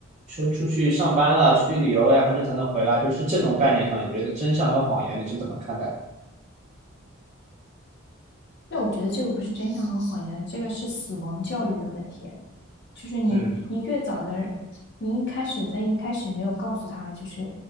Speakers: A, on the right; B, on the left.
A: 出出去上班了，出去旅游了，要很久才能回来，就是这种概念上，你觉得真相和谎言你是怎么看待的
B: 那我觉得这个不是真相和谎言，这个是死亡教育的问题。就是你你越早的，
A: 嗯，
B: 你一开始在一开始没有告诉他，就是